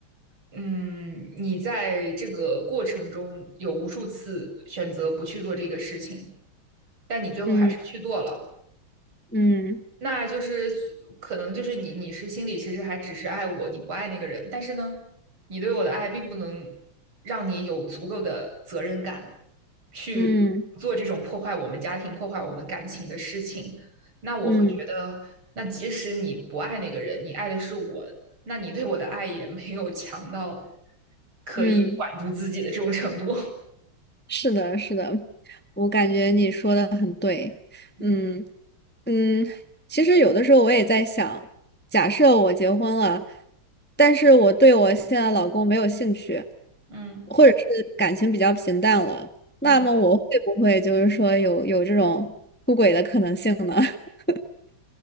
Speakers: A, on the right; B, in the centre.
A: 嗯，你在这个过程中有无数次选择不去做这个事情，但你最后还是去做了。
B: 嗯嗯
A: 那就是可能就是你你是心里其实还只是爱我，你不爱那个人，但是呢，你对我的爱并不能让你有足够的责任感去做这种破坏我们家庭、
B: 嗯
A: 破坏我们感情的事情。那我会觉得，
B: 嗯
A: 那即使你不爱那个人，你爱的是我，那你对我的爱也没有强到可以管住自己的这种程度。
B: 嗯，是的，是的，我感觉你说的很对。
A: 嗯
B: 嗯，嗯，其实有的时候我也在想，假设我结婚了，但是我对我现在老公没有兴趣，
A: 嗯
B: 或者是感情比较平淡了，那么我会不会就是说有有这种出轨的可能性呢？
A: 嗯，
B: <laughs>